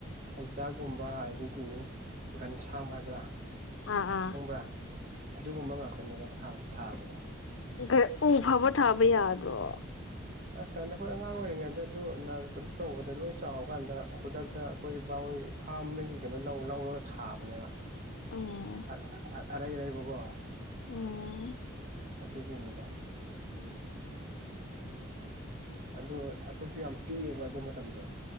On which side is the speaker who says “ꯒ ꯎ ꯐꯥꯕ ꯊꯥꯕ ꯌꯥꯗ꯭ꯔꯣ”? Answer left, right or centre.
Left